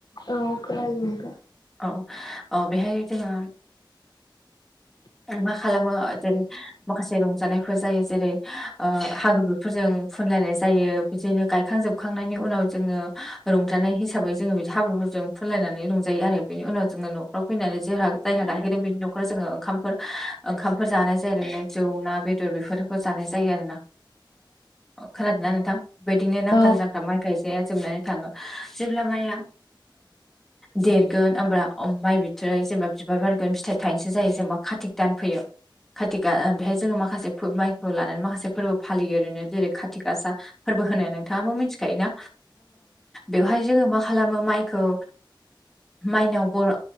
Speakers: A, on the left; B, in the centre.
A: अ खोनादों नोंथां।
B: औ औ बेहाय जोङो मा खालामो जेरै माखासे रंजानायफोर जायो जेरै ओ हालौग्राफोरजों फुनलायनाय जायो बिदिनो गायखांजोबखांनायनि उनाव जोङो रंजानाय हिसाबै जोङो बिदि हाबाफोर जों फुनलायनानै रंजायो आरो बेनि उनाव जोङो न'फ्राव फैनानै जोंहा जायहा गाहैदों बेनि न'खराव जोङो ओंखामफोर ओंखामफोर जानाय जायो आरोनो जौ ना बेदर बेफोरखौ जानाय जायो आरो ना
A: <inaudible>
B: खोनादोंना नोंथां? बेबायदिनो नांगाल
A: औ
B: जांख्रा माइ गायजाया जोबनानै थाङो जेब्ला माइआ देरगोन होनब्ला माइ बिथराय जेनेबा बिबार बारगोन फिथाइ थाइनोसो जायो जेनेबा खातिक दान फैयो कातिका बेहाय जोङो माखासे फो-माइखौ लानानै माखासे फोरबो फालियो ओरैनो जेरै खाथि गासा फोरबो होननाय नोंथाङाबो मिथिखायोना बेवहाय जोङो मा खालामो माइखौ माइनाव बर'